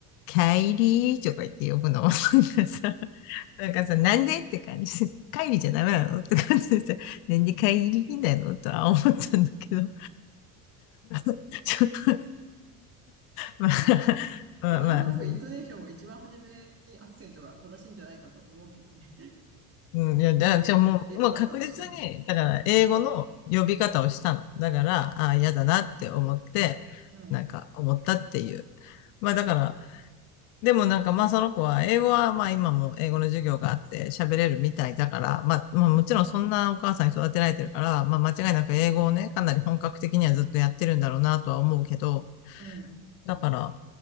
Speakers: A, on the left (about 70°); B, on the right (about 30°).
A: カイリーとか言って呼ぶの。<laughs> なんかさ、<laughs> なんかさ、なんでって感じ。カイリじゃダメなのって感じでさ、なんでカイリーなのとは思ったんだけど、<laughs> ちょっと、まあ、
B: まあね。
A: <laughs> まあ、
B: まあ、なんとなくイントネーションも一番初めにアクセントが正しいんじゃないかと思うけどね。
A: まあ、ううん、
B: <laughs>
A: いや、だから、
B: 英語、
A: じゃあもう、
B: 英語だったとしても。
A: もう確実に、だから、英語の呼び方をしたの。だから、ああ、嫌だなって思って、
B: うん、
A: なんか思ったっていうまあだから、
B: うん、うん、
A: でもなんかまあその子は英語はまあ今も英語の授業があって喋れるみたいだから、まあ、まあもちろんそんなお母さんに育てられてるから、
B: うん、
A: まあ間違いなく英語をね、かなり本格的にはずっとやってるんだろうなとは思うけど、
B: うん、
A: だから、